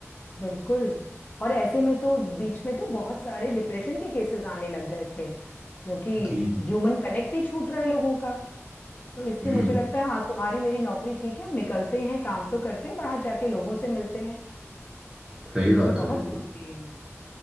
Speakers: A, on the left; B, on the right.
A: बिल्कुल और ऐसे में तो बीच में तो बहुत सारे डिप्रेशन के केसेस आने लग गए थे क्योंकि
B: जी
A: ह्यूमन कनेक्ट ही छूट रहा है लोगों का तो इसलिए
B: हम्म
A: मुझे लगता है हाँ तुम्हारी मेरी नौकरी ठीक है हम निकलते हैं काम तो करते हैं बाहर जाके लोगों से मिलते हैं
B: सही बात
A: ये बहुत
B: है बिल्कुल
A: जरूरी है